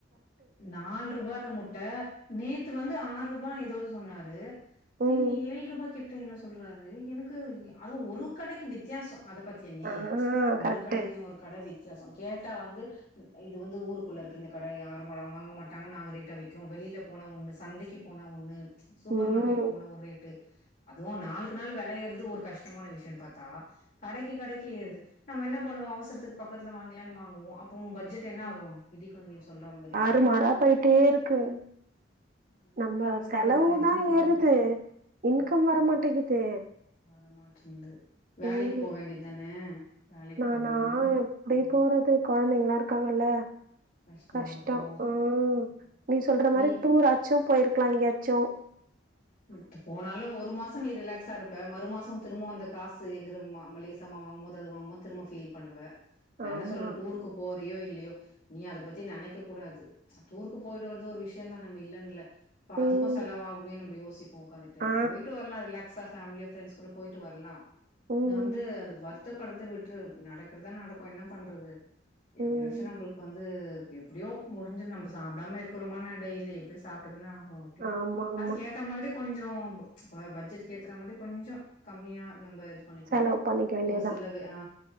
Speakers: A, on the left; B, on the right.
A: நால் ரூபா இருந்த முட்ட நேத்து வந்து ஆறு ரூபா ஏத் தோ சொன்னாரு
B: ம்.
A: இனிக்கி ஏழ் ரூபாய்க்கி எப் இப்ப என்னா சொல்றாரு எனக்கு அதுவும் ஒரு கடைக்கு வித்தியாசம் அத பத்திய நீ
B: ஆ
A: ஒரு
B: கரெக்ட்டு.
A: கடக்கியு ஒரு கட வித்தியாசம் கேட்டா வந்து இது வந்து ஊருக்குள்ள இருக்க கடையா வரமாடம் வாங்க மாட்டாங்க நாங்கள் ரேட்டாக வைக்கிறோம் வெளியில் போனாலும் சந்தைக்கு போனாலும் ஒன்னு சூப்பர்
B: ம்.
A: மார்க்கெட் போன ஒரு ரேட்டு அதுவும் நாளுக்கு நாள் விலை ஏறுது ஒரு கஷ்டமான விஷயம்னு பாத்தா கடைக்கு கடைக்கு ஏறுது நம்ம என்ன பண்ணிவோம் அவசரத்துக்கு பக்கத்துல வாங்கலானு வாங்குவோம் அப்போ பட்ஜெட் என்ன ஆகு எதுக்குமே <unintelligible>
B: சுமாரா போயிட்டே இருக்கு
A: அதெல்லாம்
B: நம்ம
A: கவலைப்படாதே
B: செலவு
A: என்ன
B: தான்
A: பண்றது
B: ஏறுது. இன்கம்
A: உம்
B: வர மாட்டேங்குது.
A: வரமாட்டனது வேலைக்கு
B: ம்.
A: போக வேண்டியதான வேலைக்கு
B: நானா
A: போனா
B: எப்படி
A: ம்
B: போறது கொழந்தைங்க நாற்கார்களா
A: கஷ்டமா
B: கஷ்டம்
A: இருக்கு
B: உஹம்
A: ஆமா
B: நீ சொல்ற மாதிரி
A: வீட்
B: டூராச்சு ட்ரிப் போயிருக்கலாம் எங்கயாச்சு
A: த்து போனாலு ஒரு மாசோ நீ ரிலாக்ஸ் இருப்ப மறு மாசம் திரும்ப அந்த காசு எகுறும் மளிகை சாமான் வாங்கும்போது அதனால திரும்ப பீல் பண்ணுவ நான்
B: ஆமா.
A: என்ன சொல்லுவேன் டூருக்கு போறியோ இல்ல நீ அதை பத்தி நினைக்க கூடாது டூருக்கு போறது ஒரு விஷயம்தா நம்ப இல்லன்ல்ல இப்ப அதுக்கும்
B: ம்.
A: செலவாகுமே நம்ம யோசி இப்போம் வந்துட்டு
B: ஆ
A: போயிட்டு வரலாம் ரிலாக்ஸ் அப் ஃபேமிலியா ஃப்ரெண்ட்ஸ் கூட போயிட்டு வரலாம்
B: ம்
A: நான் வந்து அந்த வர் பத்து படத்து விட்று நடக்குறதான் நடக்கும் என்ன பண்றது எட்டு
B: ம்
A: வருஷ நம்மளுக் வந்து எப்படியோ முடிஞ்ச நம்ம சாப்பிடாம இருக்கிறமோ நா டெய்லி எப்பயோ சாப்ப எதனா ஆகும் அப்படி
B: ஆமா ஆமா
A: அதுக்கு ஏத்த மாதிரி கொஞ்சம் இப்போ பட்ஜெட் ஏத்துற மாதிரி கொஞ்சம் கம்மியா நம்ம. பண்ணிக்கணும்
B: செலவு பண்ணிக்க வேண்டியதான்
A: ஒரு சில அ